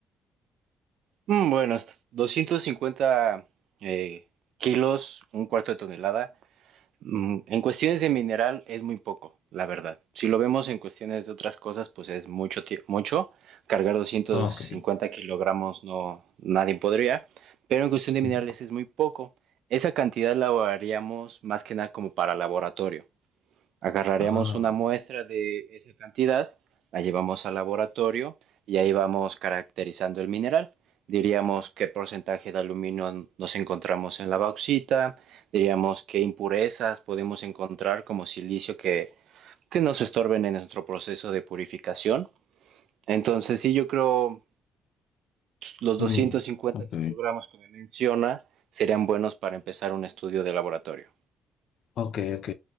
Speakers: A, on the right; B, on the left.
A: Mm, Bueno, est- 250 eh, kilos, un cuarto de tonelada, Mm, En cuestiones de mineral es muy poco, la verdad. Si lo vemos en cuestiones de otras cosas, pues es mucho, tie- mucho. Cargar 250
B: Ah, ok.
A: kilogramos no, nadie podría, pero en cuestión de minerales
B: Mm.
A: es muy poco. Esa cantidad la haríamos más que nada como para laboratorio. Agarraríamos
B: Ah,
A: una muestra de esa cantidad, la llevamos al laboratorio y ahí vamos caracterizando el mineral. Diríamos qué porcentaje de aluminio nos encontramos en la bauxita, diríamos qué impurezas podemos encontrar como silicio que, que nos estorben en nuestro proceso de purificación. Entonces, sí, yo creo los
B: mm,
A: 250
B: ok.
A: kilogramos que me menciona serían buenos para empezar un estudio de laboratorio.
B: Ok, ok.